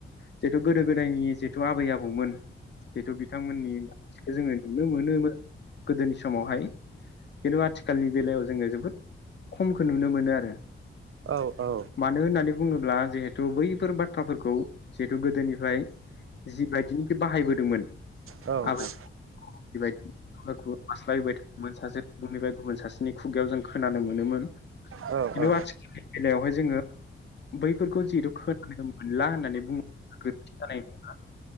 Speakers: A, on the left (about 55°); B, on the right (about 80°).
A: जिहेथु गोदो गोदायनि जिहेथु आबै आबौमोन जिहेथु बिथांमोननिखौ जोङो नुनो मोन नुनो मोनो गोदोनि समावहाय खिनथु आथिखालनि बेलायाव जोङो जोबोद खमखौ नुनो मोनो आरो
B: औ औ
A: मानो होननानै बुङोब्ला जिहेतु बैफोर बाथ्राफोरखौ जिहेथु गोद गोदोनिफ्राय जिबायदिनिखि बाहायबोदोंमोन
B: नोंथां
A: आबै खुगा खुगा बास्लायबोबाय थायोमोन सासे सुबुंनिफ्राय गुबुन सासेनि खुगायाव जों खोनानो मोनोमोन
B: औ
A: खिन्थु
B: औ
A: आथिखालनि बेलायावहाय जोङो बैफोरखौ जिहेथु खोनानो मोनला होननानै बुङोब्ला गोरोन्थि जानाय नङा